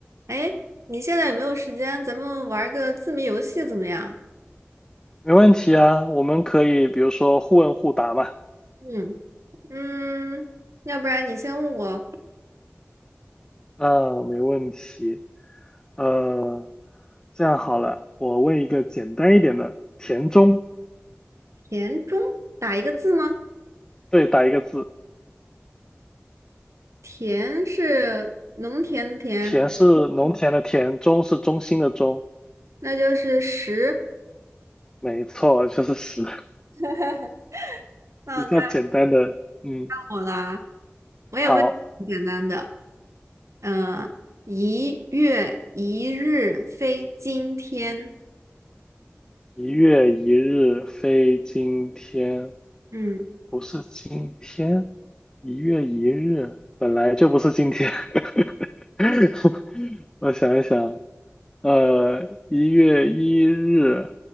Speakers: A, on the right; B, on the left.
A: 哎，你现在有没有时间？咱们玩个字谜游戏怎么样？
B: 没问题啊，我们可以比如说互问互答嘛。
A: 嗯嗯，要不然你先问我，
B: 嗯，没问题。呃，这样好了，我问一个简单一点的，田中，
A: 田中打一个字吗？
B: 对，打一个字，
A: 田是农田的田，
B: 田是农田的田，中是中心的中，
A: 那就是十。
B: 没错，就是十，
A: <laughs>
B: <laughs>
A: 那该
B: 比较简单的。嗯，
A: 我啦，我也问你简单的。
B: 好，
A: 呃，一月一日非今天。
B: 一月一日非今天，
A: 嗯，
B: 不是今天，一月一日本来就不是今天。<laughs> 我想一想，呃，一月一日，